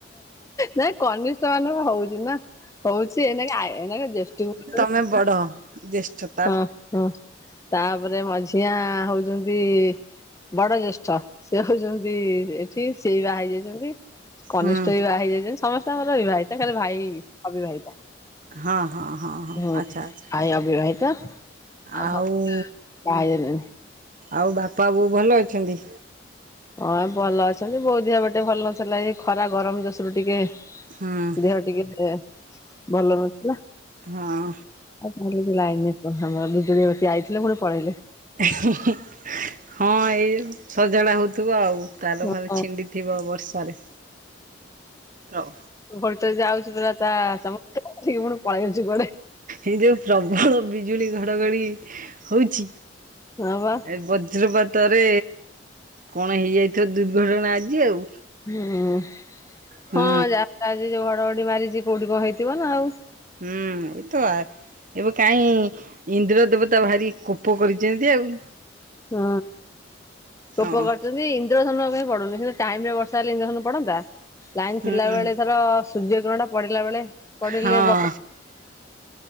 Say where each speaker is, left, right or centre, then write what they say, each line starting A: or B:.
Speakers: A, on the left; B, on the right.
A: ନାଇଁ କନିଷ୍ଠ ମାନଙ୍କର ହଉଚି ନା। ହଉଚି ଏଇନାକେ-ଏଇନାକେ ଜ୍ୟେଷ୍ଟୁକୁ
B: ଆମେ ବଡ଼। <unintelligible>
A: ହଁ-ହଁ ତାପରେ ମଝିଆଁ ହଉଚନ୍ତି ବଡ ଜ୍ୟେଷ୍ଠ, ସେ ହଉଚନ୍ତି ଏଠି ସେଇ ବାହା ହୋଇଯାଉଚନ୍ତି। କନିଷ୍ଠ
B: ହୁଁ
A: ବିି ବାହା ହେଇଯାଇଚନ୍ତି ସମସ୍ତେ ଆମର ବିବାହିତା ଖାଲି ଭାଇ ଅବିବାହିତା।
B: ହଁ ହଁ ହଁ ହଁ
A: ହୁଁ,
B: ଆଚ୍ଛା ଆଚ୍ଛା
A: ଭାଇ ଅବିବାହିତା। <inaudible>
B: ଆଉ
A: ବାହା ହୋଇଯାଇଚନ୍ତି।
B: ଆଉ ବାପା ବୋଉ ଭଲ ଅଛନ୍ତି?
A: ହଁ ଭଲ ଅଛନ୍ତି, ବୋଉ ଧିଅ ଏପଟେ ଟିକେ ଭଲ ନଥିଲା, ଏଇ ଖରା ଗରମ୍ ଦୋଷରୁୁ ଟିକେ
B: ହୁଁ।
A: ଦେହ ଟିକେ ଭଲ ନଥିଲା।
B: ହଁ।
A: ଆଉ <unintelligible> ଲାଇନ୍ <unintelligible> ଆମର ବିଜୁଳିବତି ଆଇଥିଲେ ପୁଣି ପଳେଇଲେ।
B: ଏ-ହିଁ-ହିଁ ହଁ ଏଇ ଯୋଉ ସଜାଡ଼ା ହଉଥିବ ଆଉ। ତାର
A: ହଁ
B: ଫାର ଛିଣ୍ଡିଥିବ ବର୍ଷାରେ, ହଉ।
A: ଭୋଲ୍ଟେଜ୍ ଯାଉଛି ପୁରା ତା <unintelligible> ପୁଣି <unintelligible> କୁଆଡେ।
B: ଏଇ ଯୋଉ ପ୍ରବଳ ବିଜୁଳି ଘଡଘଡି ହଉଚି
A: ହଁ ବା।
B: ଏ ବଜ୍ରପାତରେ କଣ ହେଇଯାଇଥିବ ଦୁର୍ଘଟଣା ଆଜି ଆଉ।
A: ହୁଁ-ହଁ <unintelligible>
B: ହୁଁ
A: ଯୋଉ ଘଡଘଡି ମାରିଚି, କୋଉଠି କଣ ହେଇଥିବ ନା ଆଉ।
B: ହୁଁ ଏଇତ ଆ ଏବେ କାଇଁ ଇନ୍ଦ୍ର ଦେବତା ଭାରି କୋପ କରିଚନ୍ତି ଆଉ।
A: ହୁଁ,
B: ହଁ।
A: କୋପ କର୍ ଚନ୍ତୀ ଇନ୍ଦ୍ରଧନୁ ଆଉ କାଇଁ ପଡୁନି ସେ ଟାଇମ୍ ରେ ବର୍ଷା ହେଲେ ଇନ୍ଦ୍ରଧନୁ ପଡନ୍ତା, ଲାଇନ୍
B: ହୁଁ
A: ଥିଲାବେଳେ ଧର ସୂର୍ଯ୍ୟ ଗ୍ରହଣ ପଡିଲା ବେଳେ ପଡିଲେ
B: ହଁ
A: ବର୍ଷା